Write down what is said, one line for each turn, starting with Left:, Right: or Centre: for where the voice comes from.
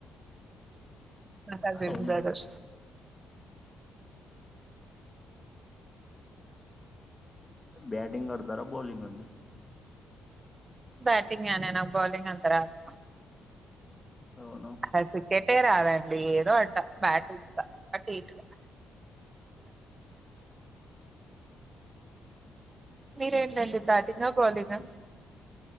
Right: అదే
Left: అవునా
Right: <inaudible> అ
Left: బ్యాటింగ్ ఆడుతారా బౌలింగ్ గ అండి
Right: బ్యాటింగేనా నాకు బౌాలింగ్ అంత రాదు
Left: అవునా
Right: స స కేటే రాదండి ఏదో అట్ట బ్యాట్ ఉప్తా అటు ఇటు <inaudible> మీరేంటండి బ్యాటింగా బౌలింగా